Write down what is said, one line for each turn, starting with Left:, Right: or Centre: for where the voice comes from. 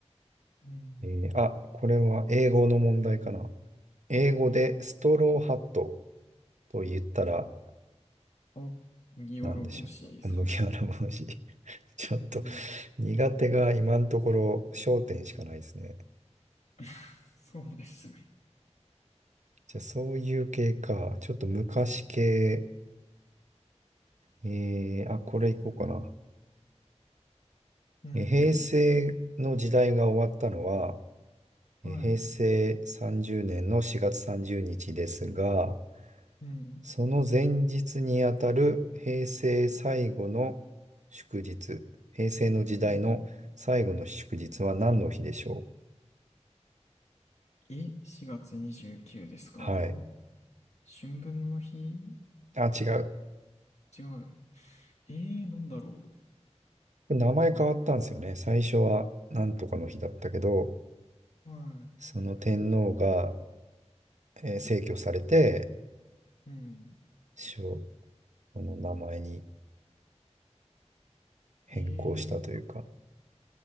Left: い。うん。
Right: えーあ、これは英語の問題かな。英語でストローハットと言ったら
Left: あ、麦わら帽子ですか
Right: 何でしょう。麦わら帽子。<laughs> ちょっと
Left: うん
Right: 苦手が今のところ焦点しかないですね。
Left: <laughs> そうですね。
Right: じゃあそういう系か。ちょっと昔系えー、あ、これいこうかな。
Left: うん。
Right: えー平成の時代が終わったのは、
Left: はい。
Right: えー平成30年の4月30日ですが、
Left: うん。
Right: その前日にあたる平成最後の祝日、平成の時代の最後の祝日は何の日でしょう
Left: うん。え、4月29ですか
Right: はい。
Left: 春分の日
Right: あ、違う。
Left: 違う。えー、なんだろ
Right: 名前変わったんですよね。最初は何とかの日だったけど、
Left: う。は
Right: その天皇が、えー逝去されて、
Left: い。うん。
Right: しょこの名前に。変更したというか、
Left: え